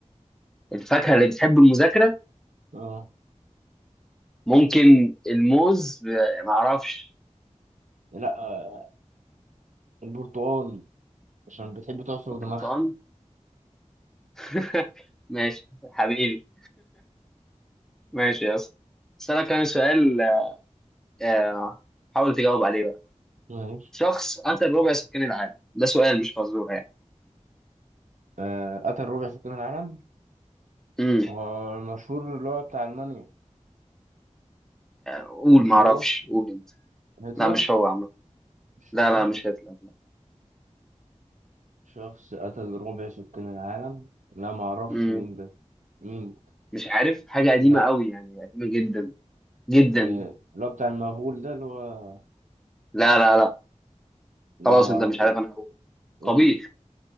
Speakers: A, in the centre; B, on the right (about 85°).
A: الفاكهة اللي بتحب المذاكرة
B: اه
A: ممكن الموز ب- معرفش
B: لا آه، البرتقال عشان بتحب تعصر
A: البرتقال
B: دماغها
A: <laughs> ماشي حبيبي ماشي يا اسطى اسألك انا سؤال آه، حاول تجاوب عليه بقى
B: ماشي
A: شخص قتل ربع سكان العالم ده سؤال مش فزورة يعني
B: آه، قتل ربع سكان العالم
A: امم
B: هو المشهور اللي هو بتاع ألمانيا
A: قول
B: مش
A: معرفش
B: هو
A: قول انت
B: هتلر
A: لا مش هو عامة
B: مش
A: لا
B: هو
A: لا مش هتلر لا
B: شخص قتل ربع سكان العالم لا معرفش
A: امم
B: مين ده مين
A: مش عارف حاجة قديمة
B: لا
A: قوي يعني قديمة جدا جدا
B: إيه اللي هو بتاع المغول ده اللي هو
A: لا لا لا
B: لا
A: خلاص
B: ما اعرفوش
A: انت مش عارف انا هقول
B: قول
A: قابيل